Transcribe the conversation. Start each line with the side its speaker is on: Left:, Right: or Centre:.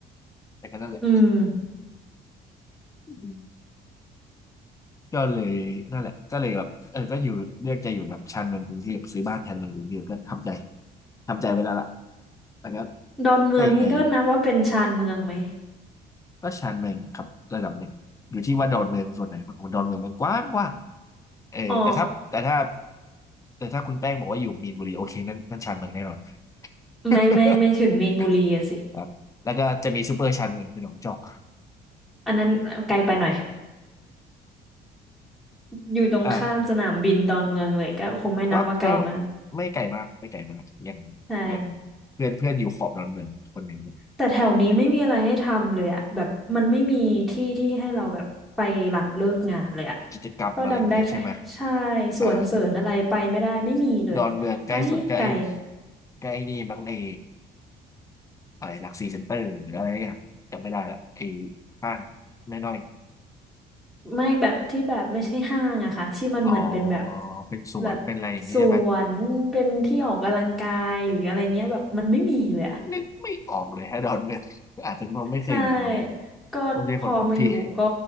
Left: แต่ก็นั่นแหละ
Centre: อืม
Left: อืมก็เลยนั่นแหละก็เลยแบบเออก็อยู่เลือกจะอยู่แบบชานเมืองกรุงเทพซื้อบ้านชานเมืองกรุงเทพก็ทำใจทำใจไว้แล้วล่ะแต่ก็
Centre: ดอนเมืองนี่ก็นับว่าเป็นชานเมืองไหม
Left: ก็ยังไง ก็ชานเมืองครับระดับหนึ่งอยู่ที่ว่าดอนเมืองส่วนไหนมากกว่าดอนเมืองมันกว้างกว้างเออแต่ถ้าแต่ถ้า
Centre: อ๋อ
Left: แต่ถ้าคุณแป้งบอกว่าอยู่มีนบุรีโอเคนั่นนั่นชานเมืองแน่นอน <laughs>
Centre: ไม่ไม่ไม่ถึงมีนบุรีอะสิ
Left: ครับแล้วก็จะมีซูเปอร์ชานเมืองคือหนองจอก
Centre: อันนั้นไกลไปหน่อยอยู่ตรงข้ามสนามบินดอนเมืองเลยก็คงไม่นับว่าไกลมาก
Left: อ่าก็ก็ไม่ไกลมากไม่ไกลมากยัง
Centre: ใช่
Left: ยังเพื่อนเพื่อนอยู่ขอบดอนเมืองคนหนึ่ง
Centre: แต่แถวนี้ไม่มีอะไรให้ทำเลยอะแบบมันไม่มีที่ที่ให้เราแบบไปหลังเลิกงานเลยอะ
Left: กิจกรรมอะไรอย่างเงี้ยใช่ไหม
Centre: ก็ดำได้แค่ใช่สวนเสริญอะไรไปไม่ได้ไม่มีเลยไกลไกล
Left: อ่า ดอนเมืองใกล้สุดก็ไอ้ใกล้นี่บางไอ้อะไรหลักสี่เซ็นเตอร์หรืออะไรอย่างจำไม่ได้ละไอ้ห้างน้อย
Centre: ไม่แบบที่แบบไม่ใช่ห้างอะค่ะที่มันเหมือนเป็นแบบ
Left: ๆอ๋อเป็นสวนเป็นอะไรอย่างนี้ใช่ไหม
Centre: แบบสวนเป็นที่ออกกำลังกายหรืออะไรเงี้ยแบบมันไม่มีเลยอะ
Left: นึกไม่ออกเลยฮะดอนเมืองอาจจะเพราะไม่เคยอยู่ตรงนั้น
Centre: ใช่ก็พอมาอยู่ก็
Left: ไม่ใช่คนท้องที่